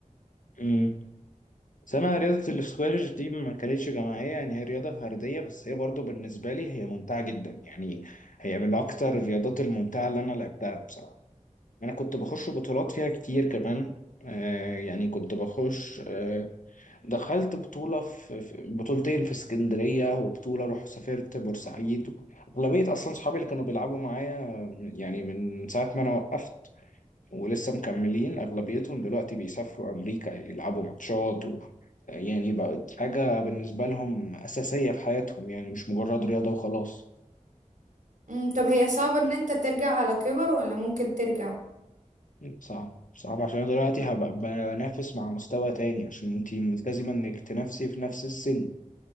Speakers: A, on the left; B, on the right.
A: امم بس أنا رياضة الاسكواش دي ما كانتش جماعية يعني هي رياضة فردية بس هي برضه بالنسبة لي هي ممتعة جدا يعني هي من أكتر الرياضات الممتعة اللي أنا لعبتها بصراحة انا كنت بخش بطولات فيها كتير كمان آه يعني كنت بخش آه دخلت بطولة في في- بطولتين في اسكندرية وبطولة رحت سافرت بورسعيد أغلبية أصلا صحابي اللي كانوا بيلعبوا معايا آه، يعني من ساعة ما أنا وقفت ولسه مكملين أغلبيتهم دلوقتي بيسافروا أمريكا يلعبوا ماتشات و آه، يعني بقت حاجة بالنسبة لهم أساسية في حياتهم يعني مش مجرد رياضة وخلاص
B: مم، طب هي صعبة ان انت ترجع على كبر ولا ممكن ترجع
A: صعب صعب عشان أنا دلوقتي هبقى بنافس مع مستوى تاني عشان انتي ملتزمة انك تنافسي في نفس السن